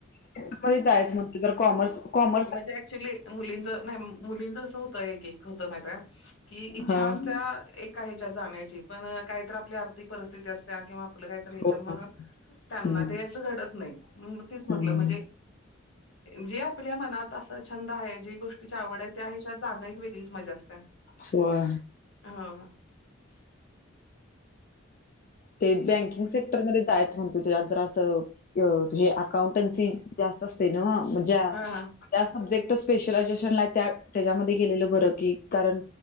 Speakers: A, on the left (about 45°); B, on the left (about 75°).
A: तेच्या मध्येच जायच म्हणतोय जर कॉमर्स कॉमर्स
B: ते ऍक्चुली मुलींच नाही मुलींच कसं होतय एक एक होत माहित आहे की इच्छा
A: हां.
B: असत्या एक एका हेच्यात जाण्याची पण काही तर आपल्या आर्थिक परिस्थिती असत्यात किंवा आपलं काहीतरी ह्याच्यामध
A: हो ना.
B: त्यांना
A: हम्म.
B: ते असं घडत नाही मग तेच म्हटलं
A: हम्म.
B: म्हणजे जे आपल्या मनात असं छंद आहे जी गोष्टीची आवड आहे त्या हेच्यात जाणं एक वेगळीच मजा असत्या
A: सोळा
B: हो ना
A: ते बँकिंग सेक्टरमध्ये जायचं म्हणतोय तेजात जरा असं हे अकाउंटन्सी जास्त असते नव्ह म्हणजे
B: हां हां.
A: त्या सब्जेक्ट स्पेशलायझेशनला त्या त्याच्यामध्ये गेलेलं बरं की कारण